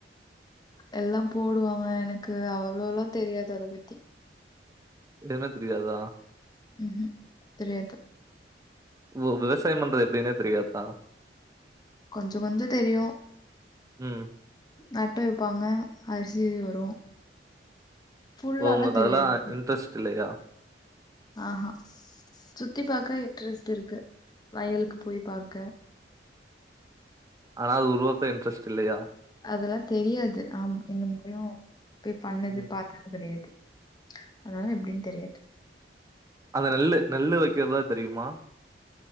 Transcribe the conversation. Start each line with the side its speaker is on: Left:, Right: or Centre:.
Left: எல்லாம் போடுவாங்க எனக்கு அவ்ளோலா தெரியாது அத பத்தி
Right: எதுமே தெரியாதா
Left: ம் ஹூம் தெரியாது
Right: ஓ விவசாயம் பண்றது எப்டின்னே தெரியாதா
Left: கொஞ்ச கொஞ்சோ தெரியு
Right: ம்
Left: நட்டு வைப்பாங்க அரிசி வரு ஃபுல்லாலா
Right: ஓ உங்குளுக்கு
Left: தெரியாது
Right: அதெல்லா இன்ட்ரெஸ்ட் இல்லையா
Left: ஆ ஹா சுத்தி பாக்க இன்ட்ரெஸ்ட் இருக்கு வயலுக்கு போய் பாக்க
Right: ஆனா அது உருவாக்க இன்ட்ரஸ்ட் இல்லையா
Left: அதெல்லா தெரியாது ஆமா இன்ன <inaudible> போய் பண்ணது
Right: ம்
Left: பாக் கெடையாது அதனால எப்டின் தெரியாது
Right: அந்த நெல்லு நெல்லு வைக்கிறதாது தெரியுமா